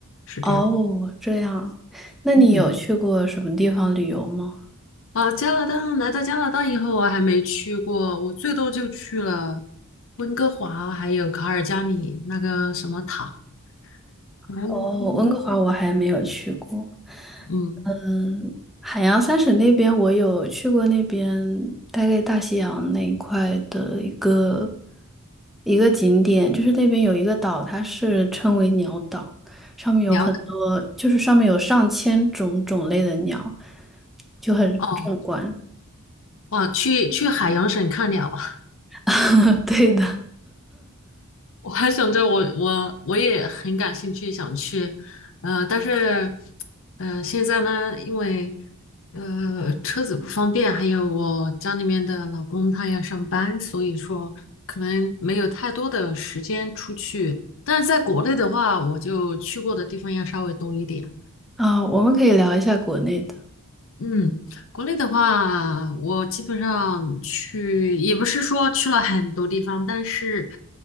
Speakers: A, on the left; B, in the centre.
A: 是这样。
B: 哦，这样，那你有去过什么地方旅游吗？
A: 嗯。啊，加拿大来到加拿大以后，我还没去过，我最多就去了温哥华，还有卡尔加里那个什么塔，嗯嗯，
B: 哦，温哥华我还没有去过。
A: 嗯，
B: 嗯，海洋三省那边我有去过，那边大概大西洋那一块的一个一个景点，就是那边有一个岛，它是称为鸟岛，上面有很多，
A: 辽塔
B: 就是上面有上千种种类的鸟，就很壮观。
A: 哦，哇，去去海洋省看鸟啊
B: <laughs> 对的，
A: 我还想着我我我也很感兴趣，想去，呃，但是，呃，现在呢，因为呃车子不方便，还有我家里面的老公他要上班，所以说可能没有太多的时间出去。但是在国内的话，我就去过的地方要稍微多一点。
B: 啊，我们可以聊一下国内的。
A: 嗯，国内的话，我基本上去，也不是说去了很多地方，但是